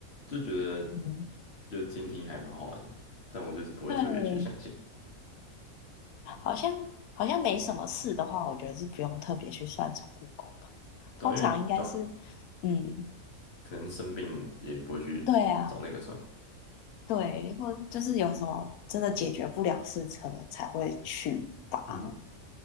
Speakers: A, on the left (about 45°); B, on the left (about 80°).
A: 就觉得
B: 嗯，
A: 就听听还蛮好玩的，但我就是不会特别去相信，
B: 对，好像好像没什么事的话，我觉得是不用特别去算宠物沟通，
A: 对啊，
B: 通常应该是，
A: 因为对啊，
B: 嗯，
A: 可能生病也不会去找那个算吧，
B: 对啊，对，或就是有什么真的解决不了事，可能才会去吧。
A: 嗯，